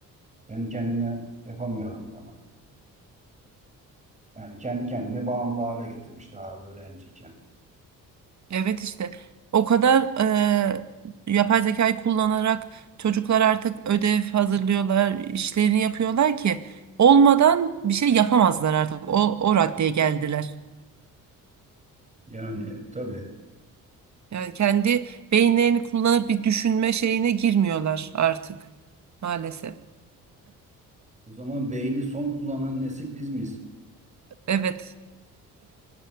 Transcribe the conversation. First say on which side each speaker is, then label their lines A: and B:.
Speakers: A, on the right (about 20°); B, on the right (about 50°).
A: Kendi kendime yapamıyorum bana. Yani kendi kendine bağımlı hale getirmiş daha öğrenciyken.
B: Evet işte o kadar eee, yapay zekayı kullanarak çocuklar artık ödev hazırlıyorlar, işlerini yapıyorlar ki olmadan bir şey yapamazlar artık. O, o raddeye geldiler.
A: Yani tabii
B: Yani kendi beyinlerini kullanıp bir düşünme şeyine girmiyorlar artık maalesef.
A: o zaman beyni son kullanan nesil biz miyiz?
B: Evet,